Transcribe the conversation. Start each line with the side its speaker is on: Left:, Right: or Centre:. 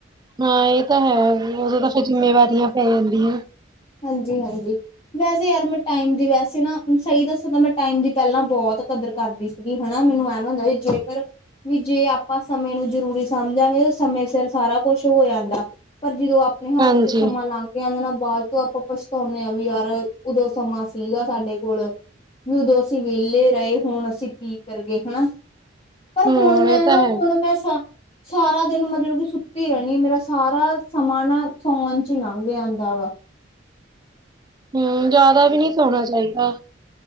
Right: ਹਾਂ ਇਹ ਤਾਂ ਹੈ ਉਹੋਂ ਤਾਂ ਫਿਰ ਜਿੰਮੇਵਾਰੀਆਂ ਪੈ ਜਾਂਦੀਆਂ।
Left: ਹਾਂਜੀ-ਹਾਂਜੀ। ਵੈਸੇ ਯਾਰ ਮੈਂ ਟਾਈਮ ਦੀ ਵੈਸੇ ਨਾ ਸਹੀ ਦੱਸਾਂ ਤਾਂ ਮੈਂ ਟਾਈਮ ਦੀ ਪਹਿਲਾਂ ਬਹੁਤ ਕਦਰ ਕਰਦੀ ਸੀ। ਹਨਾ ਮੈਨੂੰ ਐਮ ਹੁੰਦਾ ਜੇਕਰ ਵੀ ਜੇ ਆਪਾਂ ਸਮੇਂ ਨੂੰ ਜਰੂਰੀ ਸਮਝਾਂਗੇ ਤਾਂ ਸਮੇਂ ਸਿਰ ਸਾਰਾ ਕੁਛ ਹੋ ਜਾਂਦਾ। ਪਰ ਜਦੋਂ ਆਪਣੇ ਹੱਥ
Right: ਹਾਂਜੀ
Left: ਚੋਂ ਸਮਾਂ ਲੰਘ ਗਿਆ ਜਾਂਦੇ ਨਾ ਬਾਲ ਤੋਂ ਆਪਾਂ ਪਛਤਾਉਂਦੇ ਹਾਂ ਵੀ ਯਾਰ ਉਦੋਂ ਸਮਾਂ ਸੀਗਾ ਸਾਡੇ ਕੋਲ। ਵੀ ਉਦੋਂ ਅਸੀਂ ਵਿਹਲੇ ਰਹੇ ਹੁਣ ਅਸੀਂ ਕੀ ਕਰੀਏ ਹਨਾ। ਪਰ
Right: ਹੂੰ
Left: ਹੁਣ ਮੈਂ
Right: ਇਹ ਤਾਂ
Left: ਨਾ
Right: ਹੈ
Left: ਹੁਣ ਮੈਂ ਸ ਸਾਰਾ ਦਿਨ ਮਤਲਬ ਕਿ ਸੁੱਤੀ ਰਹਿਣੀ ਆ ਮੇਰਾ ਸਾਰਾ ਸਮਾਂ ਨਾ ਸੌਣ ਚ ਹੀ ਲੰਘ ਜਾਂਦਾ ਵਾ।
Right: ਹੂੰ, ਜਾਦਾ ਵੀ ਨਹੀਂ ਸੋਣਾ ਚਾਹੀਦਾ ਐ।